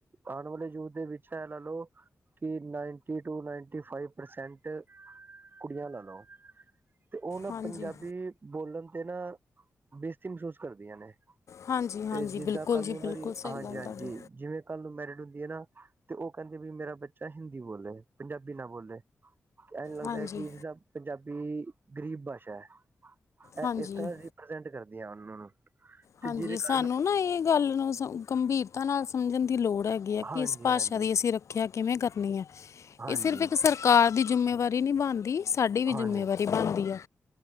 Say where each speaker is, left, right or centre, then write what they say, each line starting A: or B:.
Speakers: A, on the right; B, on the left.
A: ਆਉਣ ਵਾਲੇ ਯੂਥ ਦੇ ਵਿੱਚ ਛ ਲ ਲ ਕਿ ninety to ninety five percent ਕੁੜੀਆਂ ਲੈ ਲਓ ਤੇ ਉਹ ਨਾ
B: ਹਾਂਜੀ
A: ਪੰਜਾਬੀ ਬੋਲਣ ਤੇ ਨਾ ਬੇਸਤੀ ਮਹਿਸੂਸ ਕਰਦੀਆਂ ਨੇ।
B: ਹਾਂਜੀ ਹਾਂਜੀ
A: ਤੇ ਜਿੱਦਾਂ
B: ਬਿਲਕੁਲ
A: ਕੱਲ
B: ਜੀ
A: ਨੂੰ ਉਹਨਾਂ
B: ਬਿਲਕੁਲ
A: ਦੀ
B: ਸਹੀ
A: ਹਾਂਜੀ-ਹਾਂਜੀ
B: ਗੱਲ ਤੁਹਾਡੀ
A: ਜਿਵੇਂ ਕੱਲ ਨੂੰ ਮੈਰਿਡ ਹੁੰਦੀ ਹੈ ਨਾ ਤੇ ਉਹ ਕਹਿੰਦੇ ਵੀ ਮੇਰਾ ਬੱਚਾ ਹਿੰਦੀ ਬੋਲੇ ਪੰਜਾਬੀ ਨਾ ਬੋਲੇ। ਐਨਜ ਲੱਗਦਾ
B: ਹਾਂਜੀ
A: ਹੈ ਕਿ ਜਿਹਦਾ ਪੰਜਾਬੀ ਗਰੀਬ ਭਾਸ਼ਾ ਹੈ
B: ਹਾਂਜੀ
A: ਇਹ ਇਸ ਤਰ੍ਹਾਂ ਪ੍ਰਜੈਂਟ ਕਰਦੀ ਆ ਉਹਨਾਂ ਨੂੰ।
B: ਹਾਂਜੀ,
A: ਤੇ ਜਿਹਦੇ
B: ਸਾਨੂੰ
A: ਕਾਰਨ
B: ਨਾ ਇਹ ਗੱਲ ਨੂੰ ਗੰਭੀਰਤਾ ਨਾਲ ਸਮਝਣ ਦੀ ਲੋੜ ਹੈ। ਕਿ
A: ਹਾਂਜੀ
B: ਇਸ ਭਾਸ਼ਾ
A: ਹਾਂਜੀ
B: ਦੀ ਅਸੀਂ ਰੱਖ ਆਖਿਆ ਕਿਵੇਂ ਕਰਨੀ ਹੈ
A: ਹਾਂਜੀ
B: ਇਹ ਸਿਰਫ਼ ਇੱਕ ਸਰਕਾਰ ਦੀ ਜਿੰਮੇਵਾਰੀ ਨਹੀਂ ਬਣਦੀ। ਸਾਡੀ ਵੀ ਜ਼ਿੰਮੇਵਾਰੀ
A: ਹਾਂਜੀ
B: ਬਣਦੀ ਆ।